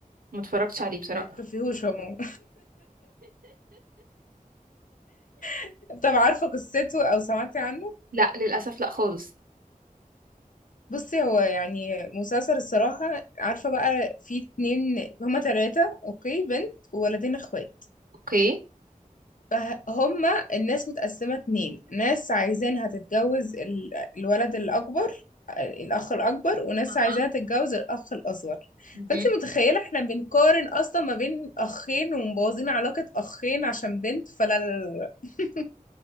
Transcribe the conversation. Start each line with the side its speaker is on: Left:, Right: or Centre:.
Right: ما اتفرجتش عليه بصراحه
Left: ما تشوفيهوش عموما <laughs> طب عارفه قصته او سمعتي عنه
Right: لا للاسف لا خالص
Left: بصي هو يعني مسلسل الصراحه عارفه بقى في اتنين هما تلاتة اوكي بنت وولدين اخوات
Right: اوكي
Left: فهما الناس متقسمة اتنين ناس عايزينها تتجوز ال- الولد الأكبر الأخ الأكبر وناس
Right: اها
Left: عايزاها تتجوز الأخ الأصغر
Right: مهم.
Left: فأنت متخيلة احنا بنقارن أصلا ما بين أخين ومبوظين علاقة أخين عشان بنت فلا لا لا لا. <laughs>